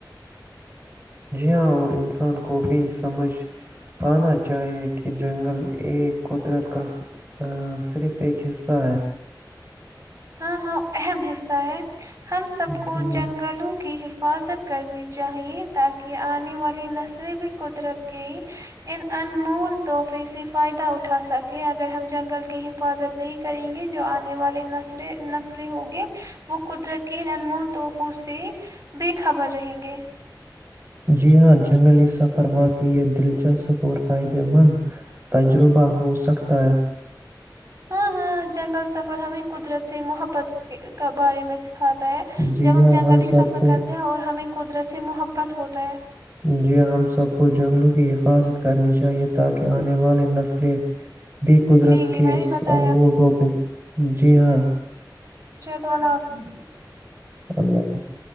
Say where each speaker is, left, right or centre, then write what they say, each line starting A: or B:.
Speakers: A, on the right; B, on the right.
A: جی ہاں اور انسان کو بھی سمجھ انا چاہیے کہ جنگل ایک قدرت کا صرف ایک حصہ
B: ہاں ہاں اہم حصہ ہے ہم سب
A: جی
B: کو جنگلوں
A: ہاں
B: کی ح حفاظت کرنی چاہیے تاکہ آنے والی نسلیں بھی قدرت کے ان انمول تحفے سے فائدہ اٹھا سکے اگر ہم جنگل کی حفاظت نہیں کریں گے جو آنے والے نسل نسلیں ہوںگے وہ قدرت کے انمول تحفوں سے بے خبر رہیں گے
A: جی ہاں جی جنگلی سفر واقعی یہ دلچسپ اور فائدہ مند تجربہ ہو سکتا ہے
B: ہاں ہاں جنگل سفر ہمیں قدرت سے محبت کے بارے میں کھاتا ہے
A: جی
B: جب ہم
A: ہاں
B: جنگلی
A: سب
B: سفر
A: کو
B: کرتے ہیں اور ہمیں قدرتی محبت ہوتا ہے
A: جی ہم سب کو جنگلوں کی حفاظت کرنی چاہیے تاکہ آنے والی نسلیں بھی قدرت
B: جی جی
A: کے
B: میں نے
A: اس
B: بتایا
A: انمول
B: ابھی
A: طور پہ جی ہاں
B: چلو اللہ حافظ
A: اللہ حافظ